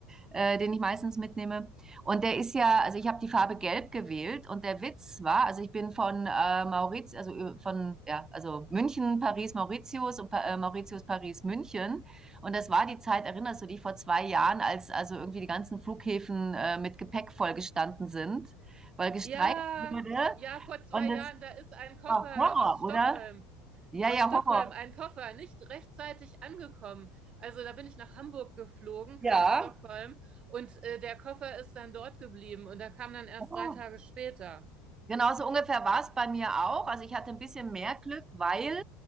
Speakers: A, on the right; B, on the right.
A: äh, den ich meistens mitnehme. Und der ist ja, also ich habe die Farbe Gelb gewählt und der Witz war, also ich bin von äh, Mauritius, also äh, von, ja, also München, Paris, Mauritius und pa äh, Mauritius, Paris, München. Und das war die Zeit, erinnerst du dich, vor zwei Jahren, als also irgendwie die ganzen Flughäfen äh, mit Gepäck vollgestanden sind, weil gestreikt
B: Ja,
A: wurde.
B: ja, vor zwei
A: Und das
B: Jahren, da ist ein Koffer
A: Ah, Horror,
B: aus Stockholm,
A: oder? Ja,
B: aus
A: ja,
B: Stockholm,
A: Horror.
B: ein Koffer, nicht rechtzeitig angekommen. Also da bin ich nach Hamburg geflogen
A: Ja.
B: von Stockholm und äh, der Koffer ist dann dort geblieben und da kam dann erst
A: Horror.
B: drei Tage später.
A: Genauso ungefähr war es bei mir auch. Also ich hatte ein bisschen mehr Glück, weil